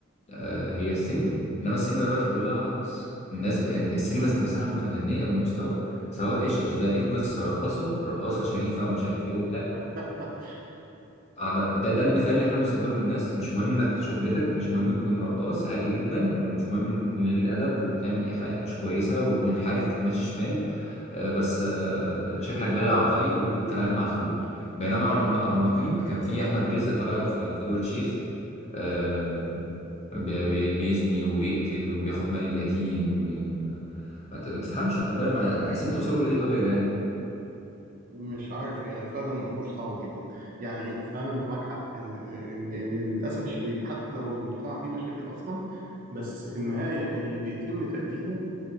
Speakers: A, on the left (about 30°); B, on the right (about 40°).
A: آه هي السينما انما السينما دلوقتي كلها هجص الناس ب... إن السينما ذات نفسها متدنية بالمستوى سواء ايش ايش ده ايه القصة رقاصة رقاصة شريفة ومش عارف ايه وبتاع
B: <laughs>
A: على ده ده المثال اللي احنا بنصدره للناس مش مهم انك شغلتك مش مهم تكون رقاص عادي جدا ومش مهم انك تكون قليل الادب وبتعمل ايحاءات مش كويسه ومنحرف وماشي شمال آه، بس آه، شكلك جدع وطيب وبتقول كلام معسول بينما على على النقيض كان في احمد رزق طالع في في دور الشيخ آه، بي- بي- بيزني وبيقتل وبياخد مال اليتيم ويعني ما ما ت- ما تفهمش والله ما عايز- عايزين توصلوا لايه طب يا جدعان
B: مش عارف هي فعلا امور صعبه جدا يعني فعلا انت معاك حق ان ان ان للاسف الشديد حتى لو المجتمع فيه مشاكل اصلا بس في النهايه اللي بيتم تقديمه